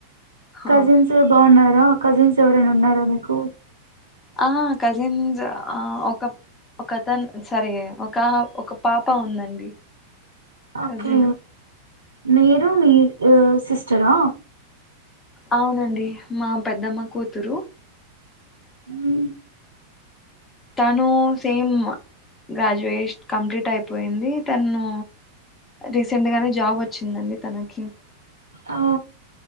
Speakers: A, on the left; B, on the right.
A: హా
B: కజిన్స్ బాగున్నారా కజిన్స్ ఎవరైనా ఉన్నారా మీకు
A: ఆ కజిన్స్ ఆ ఒక ఒక తన్ సారీ ఒక ఒక పాప ఉందండి
B: ఓకే
A: కజిన్
B: మీరు మీ సిస్టరా
A: అవునండి మా పెద్దమ్మ కూతురు
B: హ
A: తను సేమ్ గ్రాడ్యుయేషన్ కంప్లీట్ అయిపోయింది తను రీసెంట్గానే జాబ్ వచ్చిందండి తనకి
B: ఆ